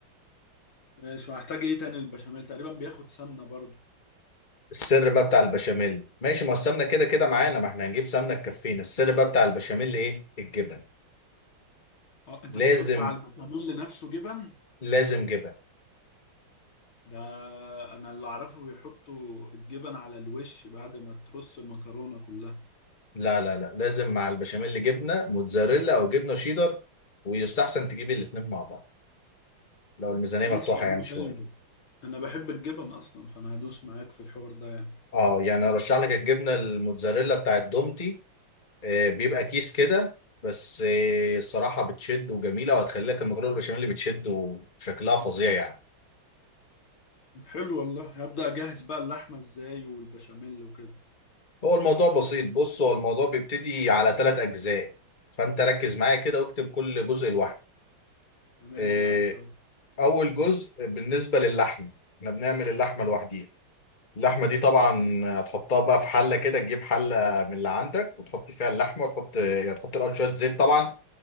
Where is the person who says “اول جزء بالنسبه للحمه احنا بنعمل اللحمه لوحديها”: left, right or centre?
Left